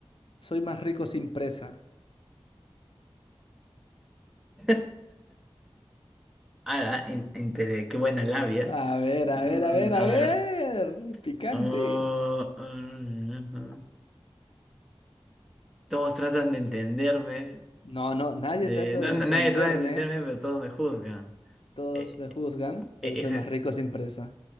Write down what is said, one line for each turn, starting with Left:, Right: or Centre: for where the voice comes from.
Left: Soy más rico sin presa.
Centre: <laughs> Ala, en- entele- qué buena labia.
Left: A ver, a
Centre: Mm,
Left: ver, a ver, a
Centre: a
Left: ver.
Centre: ver.
Left: Picante.
Centre: Oh, mm, ujú. todos tratan de entenderme,
Left: No, no, nadie
Centre: De-
Left: trata
Centre: na-
Left: de
Centre: na-
Left: entenderme.
Centre: nadie trata de entenderme, pero todos me juzgan.
Left: Todos
Centre: Eh,
Left: me juzgan,
Centre: eh,
Left: pero soy
Centre: ese-
Left: más rico sin presa.